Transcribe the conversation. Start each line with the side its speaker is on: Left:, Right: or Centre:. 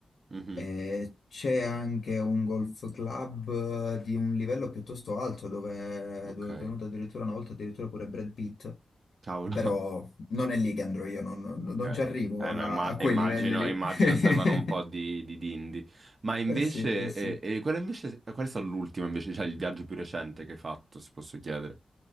Right: mhm,
Left: E c'è anche un golf club eh, di un livello piuttosto alto dove,
Right: Ok.
Left: dove è venuto addirittura una volta addirittura pure Brad Pitt.
Right: Cavolo.
Left: Però
Right: <laughs>
Left: non è lì che andrò io, non, non-
Right: Ok.
Left: non ci arrivo
Right: Eh
Left: a,
Right: no, imma-
Left: a quei
Right: immagino,
Left: livelli lì.
Right: immagino
Left: <laughs>
Right: servano un po' di, di dindi. Ma invece,
Left: Eh sì, eh sì.
Right: eh, eh, qual è invece, qual è stato l'ultimo invece, cioè il viaggio più recente che hai fatto, se posso chiedere?